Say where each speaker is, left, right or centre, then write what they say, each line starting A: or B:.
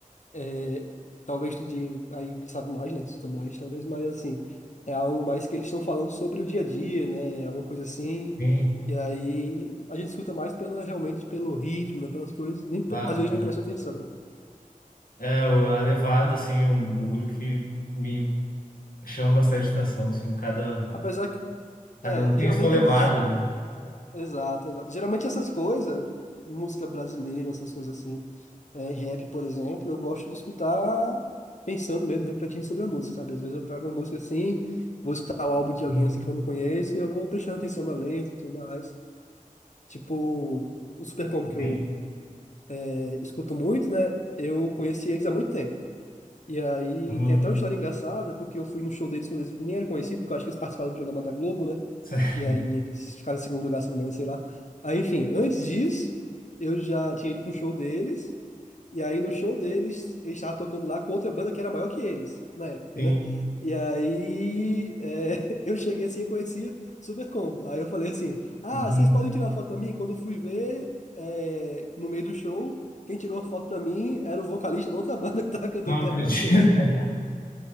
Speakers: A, on the left (about 55°); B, on the left (about 85°).
A: É, talvez tu diga aí que sabe mais, né? Que Tu tá mais, talvez, mas assim, é algo mais que eles estão falando sobre o dia a dia, né? Alguma coisa assim.
B: Sim,
A: E aí a gente escuta mais pela, realmente pelo ritmo, né? Pelas coisas, nem,
B: claro.
A: às vezes
B: né?
A: nem presta atenção. né?
B: É, o- a levada, assim, é um bagulho que me chama bastante atenção, assim, cada,
A: Apesar que,
B: cada
A: é,
B: um tem
A: geralmente
B: a sua levada,
A: os.
B: né?
A: Exato, exato. Geralmente essas coisas, música brasileira, essas coisas assim. é, rap, por exemplo, eu gosto de escutar pensando mesmo, refletindo sobre a música, sabe? Às vezes eu pego uma música assim, vou escutar o álbum de alguém
B: Sim,
A: assim que eu não conheço e eu vou prestando atenção na letra e tudo mais. Tipo, o super combo que
B: tem.
A: eu é, escuto muito, né? Eu conheci eles há muito tempo. E aí
B: Hum,
A: tem até uma história engraçada, porque eu fui no show deles quando eles nem eram conhecidos, porque eu acho que eles participaram do programa da Globo, né?
B: <laughs>
A: E aí eles ficaram em segundo lugar, se não me engano, sei lá. Aí, enfim, antes disso, eu já tinha ido para um show deles. E aí no show deles, ele estava tocando lá com outra banda que era maior que eles, na época,
B: sim.
A: né? E aí é, <laughs> eu cheguei assim, eu conhecia Super Combo. Aí eu falei assim, ah,
B: Uhum.
A: vocês podem tirar uma foto pra mim? Quando eu fui ver, é, no meio do show, quem tirou a foto pra mim era o vocalista da outra <laughs> banda que tava cantando
B: Não
A: que
B: acredito.
A: era maior que eles.
B: <laughs>
A: <laughs>